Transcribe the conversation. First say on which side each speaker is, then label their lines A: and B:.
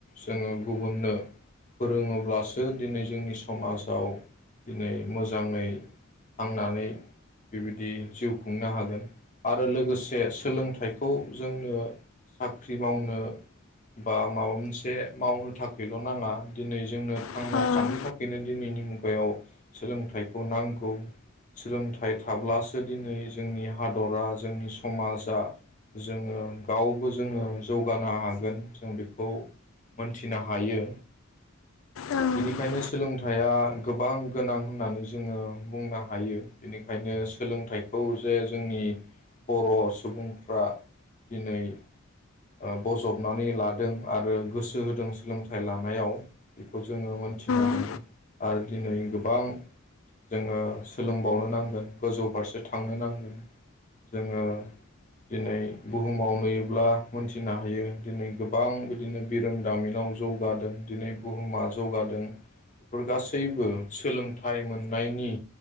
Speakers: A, on the left; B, on the left.
A: जोङो गुबुननो फोरोङोब्लासो दिनै जोंनि समाजाव दिनै मोजाङै थांनानै बेबायदि जिउ खुंनो हागोन आरो लोगोसे सोलोंथाइखौ जोंनो साख्रि मावनो बा माबा मोनसे मावनो थाखै ल' नाङा दिनै जोंनो थांना
B: ओ
A: थानो थाखैनो दिनैनि मुगायाव सोलोंथाइखौ नांगौ। सोलोंथाइ थाब्लासो दिनै जोंनि हादरा जोंनि समाजा जोङो गावबो जोङो जौगानो हागोन जों बेखौ मोनथिनो हायो।
B: ओ
A: बिनिखायनो सोलोंथाइया गोबां गोनां होननानै जोङो बुंनो हायो। बेनिखायनो सोलोंथाइखौ जे जोंनि बर' सुबुंफ्रा दिनै ओ बजबनानै लादों आरो गोसो होदों। सोलोंथाइ लानायाव बेखौ जोङो मोनथिनो
B: ओ
A: हायो आरो दिनै गोबां जोङो सोलोंबावनो नांगोन गोजौ फारसे थांनो नांगोन। जोङो दिनै बुहुमाव नुयोब्ला मोनथिनो हायो दिनै गोबां बिदिनो बिरोंदामिनाव जौगादों दिनै बुहुमा जौगादों बेफोर गासैबो सोलोंथाइ मोननायनि